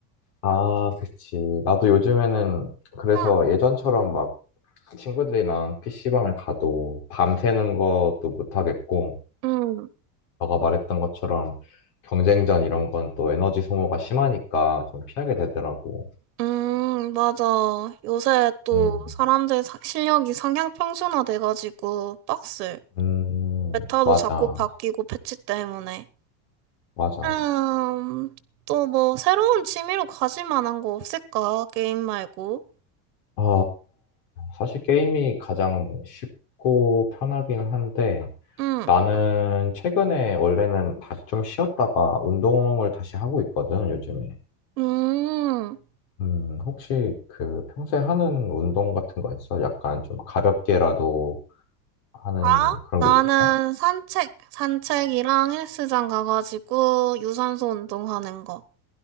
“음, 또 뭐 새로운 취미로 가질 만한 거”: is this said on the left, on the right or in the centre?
Right